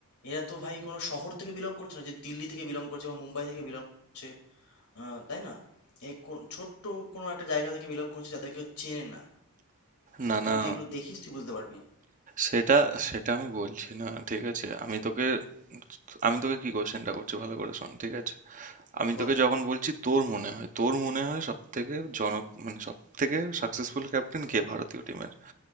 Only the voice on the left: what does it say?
এরা তো ভাই কোনো শহর থেকে বিলং করছে না যে দিল্লি থেকে বিলং করছে বা মুম্বাই থেকে বিলং করছে আহ, তাই না এই কোন ছোট্ট কোনো একটা জায়গা থেকে বিলং করছে যাদেরকে কেউ চেনে না
তা তুই
যদি এগুলো দেখিস তুই বুঝতে পারবি
বল